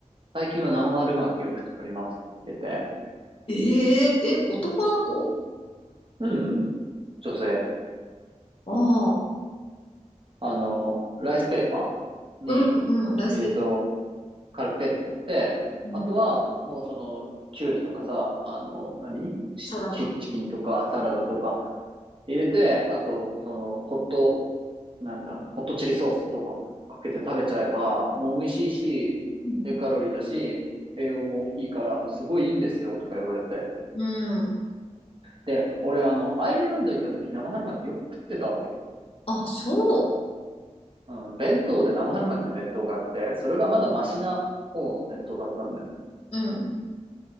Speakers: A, on the right; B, on the left.
A: 最近は生春巻きよく作りますって言ってて、
B: えー、え、男の子
A: うん、女性、
B: ああ、
A: あの、ライスペーパーに水を
B: うん、うん、ライスペーパー。
A: 軽くペッてやって、
B: うん。
A: あとは、もうその、きゅうりとかさ、あの、何チチキンとかサラダとか
B: サラダ。
A: 入れて、あと、その、ホットなんだ、ホットチリソースとかかけて食べちゃえば、もう美味しいし、
B: うん。
A: 低カロリーだし、栄養もいいから、すごいいいんですよ、とか言われて。
B: うん。
A: で、俺、あの、アイルランド行った時、生春巻きよく食ってたわけ。
B: あ、そ
A: うん、弁当で生春巻きの弁当があって、それがまだマシな方の弁当だったんだよ。
B: う。うん。